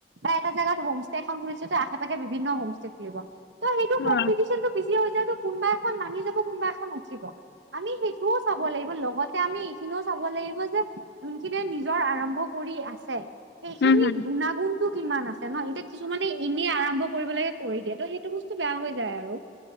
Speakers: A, on the right; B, on the left.
A: বা এটা জোগাত হোমষ্টে এখন খুলিছে ত' আশে পাশে বিভিন্ন হ'মষ্টে খুলিব। ত' সেইটো
B: হা,
A: কম্পিটিচনটো বিজি হৈ যায়, ত' কোনোবা এখন নামি যাব কোনোবা এখন উঠিব। আমি সেইটোও চাব লাগিব লগতে আমি এইখিনিও চাব লাগিব যে যোনখিনি নিজৰ আৰম্ভ কৰি আছে সেইখিনিত
B: হম হম
A: গুণাগুণটো কিমান আছে ন' এতিয়া কিছুমানে এনেই আৰম্ভ কৰিবলৈকে কৰি দিয়ে, ত' সেইটো বস্তু বেয়া হৈ যায় আৰু।